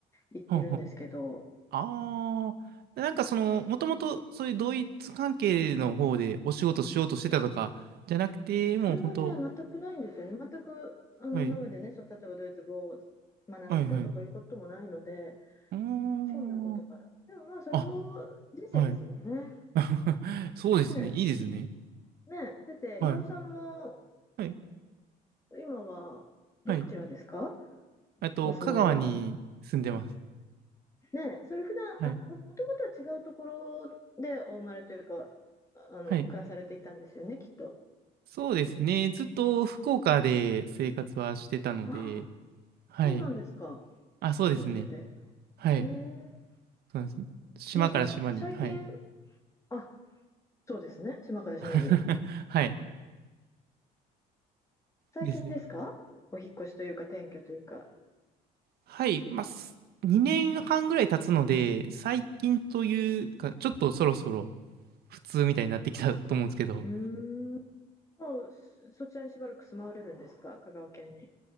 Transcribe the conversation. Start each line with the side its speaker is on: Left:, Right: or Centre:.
Left: いいるんですけど、
Right: はあはああ、なんかその、もともとそういう同一関係の方でお仕事しようとしてたとか、じゃなくて、
Left: それがね、
Right: もう本当、
Left: 全くないんですよね。全く、あの、
Right: はい、
Left: 今までね、そう、例えばドイツ語を学んでいたとかいうこともないので、
Right: はい、はい。うーん。
Left: ひょんなことから。でもまあ、それも
Right: あ、
Left: 人生ですもんね。
Right: はい。<laughs> そうですね。
Left: ね
Right: いいですね。
Left: え、ねえ。だって、
Right: はい、
Left: 岩尾さんも、
Right: はい、
Left: 今は、どちらですか
Right: はい。あと、
Left: お住まいは。
Right: 香川に住んでます。
Left: ねえ、それ普段、
Right: はい、
Left: あ、もともとは違うところでお生まれというか、あの、
Right: はい。
Left: 暮らされていたんですよね、きっと。
Right: そうですね。ずっと福岡で生活はしてたので、
Left: ああ、
Right: はい。
Left: そうなんですか。
Right: あ、そうですね。
Left: 九州で。
Right: はい。
Left: へえ。
Right: そうなんです。島から島に、
Left: じゃあさ、最近、
Right: はい。
Left: あ、そうですね、島から島に。
Right: <laughs> はい。
Left: 最近ですかお引っ越しというか、
Right: ですね。
Left: 転居というか。
Right: はい、まあ、す2年半ぐらい経つので、最近というか、ちょっとそろそろ普通みたいになってきたと思うんですけど、
Left: うーん。もう、そそちらにしばらく住まわれるんですか香川県に。